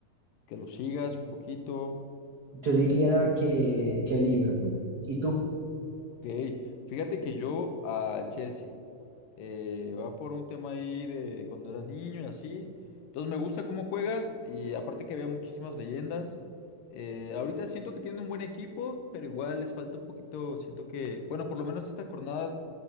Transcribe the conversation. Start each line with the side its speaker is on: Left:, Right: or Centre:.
Left: que lo sigas un poquito?
Right: Yo diría que, que Liverpool. ¿Y tú?
Left: Ok, fíjate que yo al Chelsea eh, va por un tema ahí de cuando era niño y así. Entonces me gusta cómo juegan y aparte que había muchísimas leyendas. Eh, ahorita siento que tienen un buen equipo, pero igual les falta un poquito. Siento que, bueno, por lo menos esta jornada,